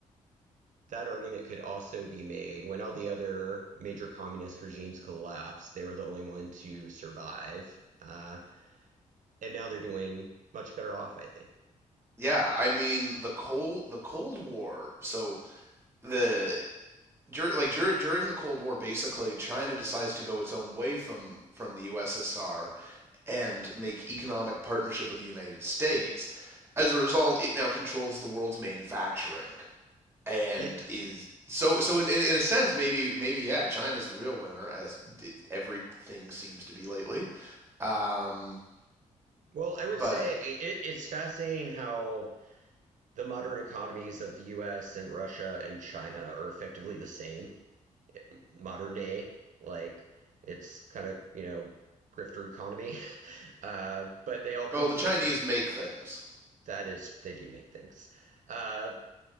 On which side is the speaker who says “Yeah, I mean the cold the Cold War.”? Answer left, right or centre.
Right